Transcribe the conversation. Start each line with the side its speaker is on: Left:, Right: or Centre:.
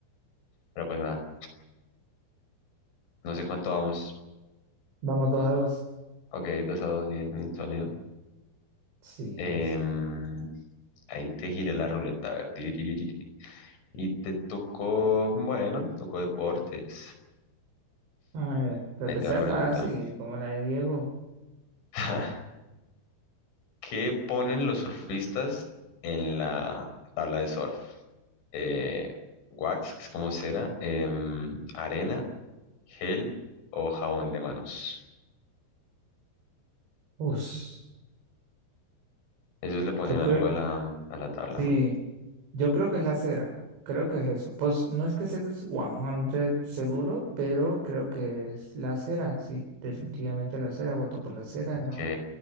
Left: Pero pues nada. No sé cuánto vamos.
Right: Vamos dos a dos.
Left: Ok, 2 a 2, 10, bien sólido.
Right: Sí.
Left: Em,
Right: sí.
Left: ahí te giré la ruleta. A ver. tiri, tiri, tiri, tiri. Y te tocó. Bueno, te tocó deportes.
Right: A ver, pero
Left: Ahí
Right: que
Left: te
Right: sea
Left: va la pregunta.
Right: fácil, como la de Diego.
Left: <laughs> ¿Qué ponen los surfistas en la tabla de surf? eh, wax, que es como cera, em, arena, gel o jabón de manos.
Right: Ush,
Left: Ellos le ponen
Right: yo
Left: algo
Right: creo,
Left: a la, a la tabla,
Right: sí,
Left: ¿no?
Right: yo creo que es la cera. Creo que es eso. Pues no es que sea 100 seguro, pero creo que es la cera. Sí, definitivamente la cera. Voto por la cera,
Left: Ok.
Right: ¿no?